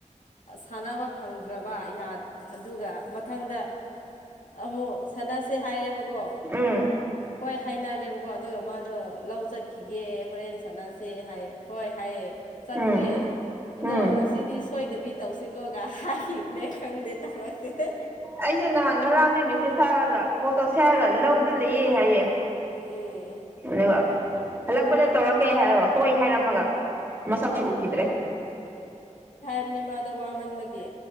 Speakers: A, on the left (about 85°); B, on the right (about 20°).
A: ꯁꯥꯟꯅꯕ ꯐꯪꯗ꯭ꯔꯕ ꯑꯗꯨꯒ ꯃꯊꯪꯗ ꯑꯃꯨꯛ ꯁꯥꯟꯅꯁꯦ ꯍꯥꯏꯔꯦꯕꯀꯣ
B: ꯎꯝ
A: ꯍꯣꯏ ꯍꯥꯏꯅꯔꯦꯕꯀꯣ ꯑꯗꯨꯒ ꯃꯥ ꯑꯗꯣ ꯂꯧ ꯆꯠꯈꯤꯒꯦ ꯍꯣꯔꯦꯟ ꯁꯥꯟꯅꯁꯦ ꯍꯥꯏ ꯍꯣꯏ ꯍꯥꯏꯌꯦ ꯆꯠꯈ꯭ꯔꯦ
B: ꯎꯝ
A: ꯑꯗꯣ
B: ꯎꯝ
A: ꯉꯁꯤꯗꯤ ꯁꯣꯏꯗꯕꯤ ꯇꯧꯁꯤꯀꯣꯒ ꯍꯥꯏꯈꯤꯕꯅꯦ ꯈꯪꯗꯦ ꯇꯧꯔꯛꯇꯦ
B: ꯑꯩꯁꯨ ꯅꯍꯥꯟ ꯉꯔꯥꯡꯅꯦ ꯃꯦꯁꯦꯁ ꯊꯥꯔꯒ ꯀꯣꯜ ꯇꯧꯁꯦ ꯍꯥꯏꯔꯒ ꯂꯧ ꯑꯗꯨ ꯂꯩꯌꯦ ꯍꯥꯏꯌꯦꯦ
A: ꯎꯝ
B: ꯂꯩꯕꯥꯛ ꯍꯜꯂꯛꯄꯗ ꯇꯧꯔꯛꯀꯦ ꯍꯥꯏꯔꯣ ꯍꯣꯏ ꯍꯥꯏꯔꯝꯃꯒ ꯃꯁꯛꯁꯨ ꯎꯈꯤꯗ꯭ꯔꯦ
A: ꯄꯨꯅꯤꯃꯥ ꯋꯥꯃꯟꯕꯒ